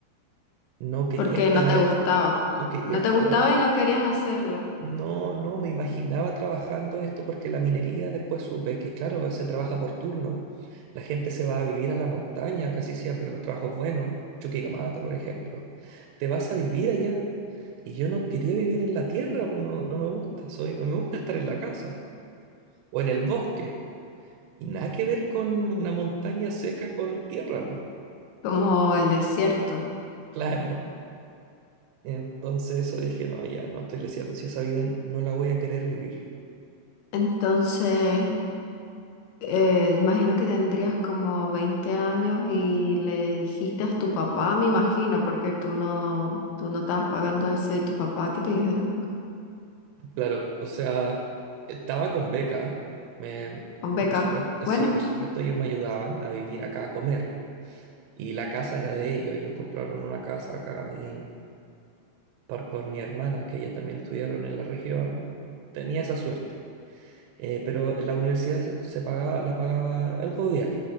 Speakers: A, on the right (about 80°); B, on the left (about 85°).
A: No quería
B: Porque
A: estar
B: no te
A: ahí.
B: gustaba.
A: No quería
B: No
A: estar
B: te gustaba
A: ahí.
B: y no querías hacerlo,
A: No, no, me imaginaba trabajando esto porque la minería después supe que, claro, se trabaja por turno. La gente se va a vivir a la montaña casi siempre, los trabajos buenos, Chuquicamata, por ejemplo. Te vas a vivir allá. Y yo no quería vivir en la tierra, pues, no, no me gusta. Soy, me gusta estar en la casa o en el bosque. Y nada que ver con una montaña seca con tierra. pues.
B: como el desierto.
A: Claro. Entonces eso dije, no, ya no estoy leseando, si esa vida no la voy a querer vivir.
B: Entonces, eh, imagino que tendrías como 20 años y le dijiste a tu papá, me imagino, porque tú no, tú no estabas pagando eso y tu papá, ¿qué te dijeron?
A: Claro, o sea, estaba con beca, me,
B: Con beca.
A: por supuesto,
B: Bueno,
A: sí, por supuesto ellos me ayudaban a vivir acá, a comer, y la casa era de ellos, ellos compraron una casa acá y por, por mi hermana, que ella también estudiaron en la región, tenía esa suerte. Eh, pero la universidad se, se pagaba, la pagaba el gobierno,